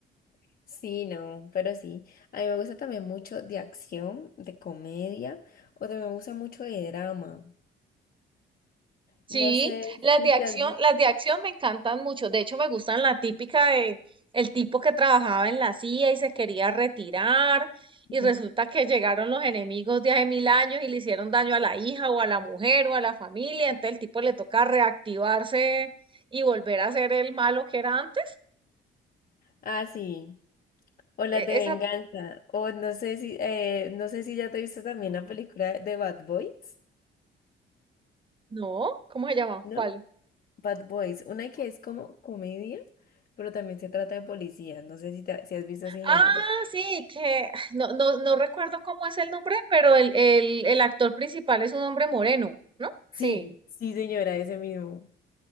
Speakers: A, on the left (about 45°); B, on the right (about 25°).
A: <laughs> sí, no, pero sí. A mí me gusta también mucho de acción, de comedia, o también me gusta mucho de drama.
B: Sí,
A: No sé
B: las
A: si
B: de acción,
A: te has visto.
B: las de acción me encantan mucho. De hecho, me gustan la típica de el tipo que trabajaba en la CIA y se quería retirar y
A: <laughs>
B: resulta que llegaron los enemigos de hace mil años y le hicieron daño a la hija o a la mujer o a la familia. Entonces el tipo le toca reactivarse y volver a ser el malo que era antes.
A: Ah, sí. O las
B: E-
A: de
B: Esa,
A: venganza. O no sé si, eh, no sé si ya te viste también la película de Bad Boys,
B: no, ¿cómo se llama?
A: ¿no?
B: ¿Cuál?
A: Bad Boys, una que es como comedia, pero también se trata de policías. No sé si, te- si has visto ese género.
B: Ah, sí, que ah, no, no, no recuerdo cómo es el nombre, pero el, el, el actor principal es un hombre moreno, ¿no?
A: Sí,
B: Sí.
A: sí, señora, ese mismo.